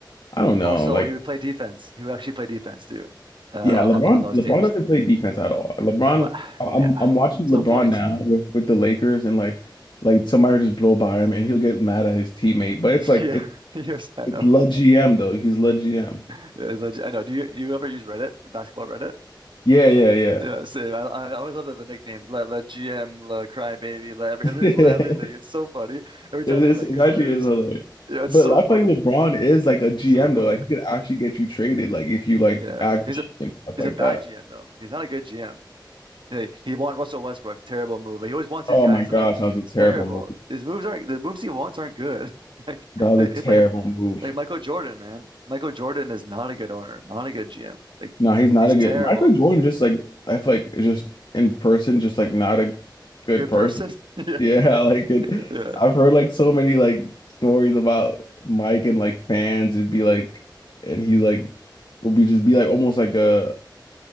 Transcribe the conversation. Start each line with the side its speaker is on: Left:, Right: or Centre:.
Left: I don't know.
Right: Also
Left: Like,
Right: he would play defense. He would actually play defense too. Uh
Left: yeah, LeBron
Right: on on those
Left: LeBron
Right: teams.
Left: doesn't play defense at all. LeBron,
Right: Oh but
Left: I- I'm
Right: yeah.
Left: I'm watching
Right: There's
Left: LeBron
Right: no point.
Left: now with, with the Lakers and like like somebody will just blow by him and he'll get mad at his teammate. But it's
Right: <laughs>
Left: like
Right: Yeah.
Left: it's
Right: Yes, I
Left: it's
Right: know.
Left: Le GM though. He's Le GM.
Right: <laughs> Yes, I, I know. Do you you ever use Reddit, basketball Reddit?
Left: Yeah, yeah, yeah.
Right: Yeah, same. I, I always love the, the nicknames. La, La GM, La Crybaby, La every,
Left: <laughs> it
Right: every- it's La everything. It's so funny. Every time
Left: is
Right: the Lakers
Left: it actually
Right: lose,
Left: is hilarious.
Right: yeah, it's
Left: But
Right: so
Left: I
Right: funny.
Left: feel like LeBron is like a GM
Right: It's so funny.
Left: though. Like he could actually get you traded, like if you like
Right: Yeah,
Left: act
Right: he's
Left: up
Right: a
Left: and stuff
Right: he's
Left: like
Right: a bad
Left: that.
Right: GM though. He's not a good GM. He, he won Russell Westbrook. Terrible move. But He always wants these
Left: Oh
Right: guys
Left: my gosh,
Right: that like
Left: that was a
Right: it's
Left: terrible
Right: terrible.
Left: move.
Right: His moves aren't the moves he wants aren't good. <laughs> Like
Left: That was
Right: like
Left: a terrible
Right: like,
Left: move.
Right: like Michael Jordan, man. Michael Jordan is not a good owner. Not a good GM. Like
Left: No, he's not
Right: he's
Left: a
Right: terrible.
Left: good Michael Jordan just like I feel like is just in person, just like not a good
Right: Good
Left: person.
Right: person. <laughs> Yeah,
Left: Yeah,
Right: right.
Left: <laughs> like it.
Right: Yeah.
Left: I've heard like so many like stories about Mike and like fans. It'd be like and he's like would be just be like almost like a